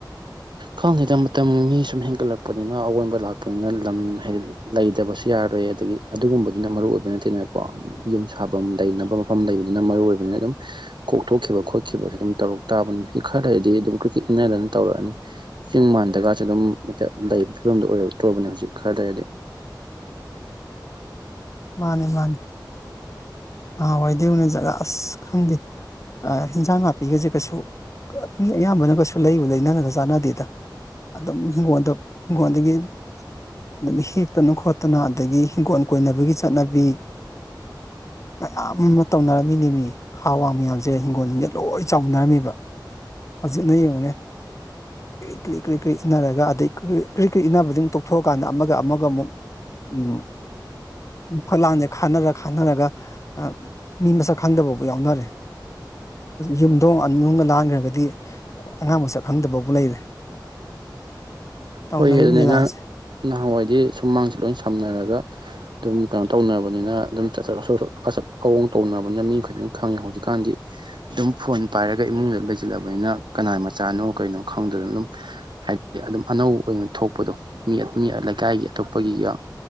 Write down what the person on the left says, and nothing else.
<inaudible> ꯃꯥꯅꯦ ꯃꯥꯅꯦ ꯅꯍꯟ ꯋꯥꯏꯗꯤ ꯌꯦꯟꯉꯣ ꯖꯒꯥ ꯑꯁ ꯈꯪꯗꯦ ꯍꯟꯖꯥꯡ ꯅꯥꯄꯤꯒꯁꯦ ꯀꯩꯁꯨ ꯃꯤ ꯑꯌꯥꯝꯕꯅ ꯀꯩꯁꯨ ꯂꯩꯕꯨ ꯂꯩꯅꯔꯒ ꯆꯥꯟꯅꯗꯦꯗ ꯑꯗꯨꯗꯝ ꯍꯤꯡꯒꯣꯗ ꯏꯪꯒꯣꯟꯗꯒꯤ ꯑꯗꯨꯝ ꯍꯦꯛꯇꯅ ꯈꯣꯠꯇꯅ ꯑꯗꯒꯤ ꯍꯤꯡꯒꯣꯜ ꯀꯣꯏꯅꯕꯒꯤ ꯆꯠꯅꯕꯤ ꯃꯌꯥꯝ ꯑꯃ ꯇꯧꯅꯔꯝꯃꯤꯅꯦ ꯃꯤ ꯈꯥ ꯋꯥꯡ ꯃꯌꯥꯝꯁꯦ ꯍꯤꯡꯒꯣꯜꯁꯤꯡꯁꯦ ꯂꯣꯏ ꯆꯥꯎꯅꯔꯝꯃꯤꯕ ꯍꯧꯖꯤꯠꯅ ꯌꯦꯡꯉꯨꯅꯦ ꯀ꯭ꯔꯤꯛ ꯀ꯭ꯔꯤ ꯀ꯭ꯔꯤ ꯀ꯭ꯔꯤ ꯏꯟꯅꯔꯒ ꯑꯗꯩ ꯀ꯭ꯔꯤ ꯀ꯭ꯔꯤ ꯏꯟꯅꯕꯗꯨ ꯑꯃꯨꯛ ꯇꯣꯛꯊꯣꯛꯑꯀꯥꯟꯗ ꯑꯃꯒ ꯑꯃꯒ ꯑꯃꯨꯛ ꯎꯝ ꯐꯂꯥꯡꯁꯦ ꯈꯥꯅꯔ ꯈꯥꯅꯔꯒ ꯑ ꯃꯤ ꯃꯁꯛ ꯈꯪꯗꯕꯕꯨ ꯌꯥꯎꯅꯔꯦ ꯌꯨꯝꯊꯣꯡ ꯑꯅꯤ ꯍꯨꯝꯒ ꯂꯥꯟꯈ꯭ꯔꯒꯗꯤ ꯑꯉꯥꯡ ꯃꯁꯛ ꯈꯪꯗꯕꯕꯨ ꯂꯩꯔꯦ <inaudible>
ꯂꯤꯂꯥꯁꯦ